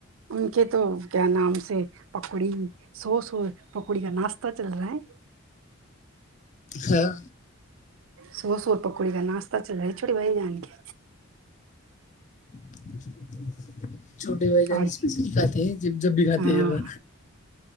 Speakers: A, on the right (about 75°); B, on the left (about 35°).
A: ان کے تو کیا نام سے پکوڑی سو سو پکوڑی کا ناشہ چل رہا ہے
B: ہاں
A: سو سور پکوڑی کا ناشتا چل رہ ہے چھوٹی بائی جان کے
B: <inaudible> چھوٹے بھائی جان
A: اور
B: اسپیشلی کھاتے ہیں جب بھی کھاتے
A: ہاں
B: ہیں